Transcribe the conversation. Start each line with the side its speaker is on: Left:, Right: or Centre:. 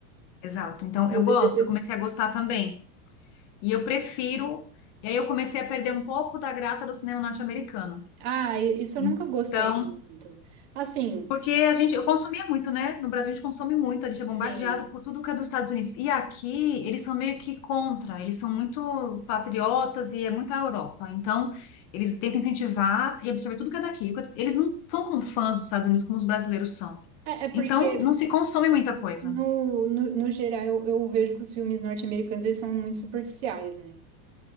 Left: Exato. Então,
Right: Inclusive,
Left: eu gosto,
Right: depois.
Left: eu comecei a gostar também. E eu prefiro. E aí eu comecei a perder um pouco da graça do cinema norte-americano.
Right: Ah, e- isso
Left: Então,
Right: eu nunca gostei muito. Assim,
Left: porque a gente, eu consumia muito, né? No Brasil a gente consome muito, a gente é
Right: sim.
Left: bombardeado por tudo que é dos Estados Unidos. E aqui eles são meio que contra, eles são muito patriotas e é muito a Europa. Então, eles tentam incentivar e absorver tudo que é daqui. Eles não são como fãs dos Estados Unidos como os brasileiros são.
Right: É, é porque,
Left: Então, não se consome muita coisa.
Right: no, no, no geral, eu, eu vejo que os filmes norte-americanos eles são muito superficiais, né?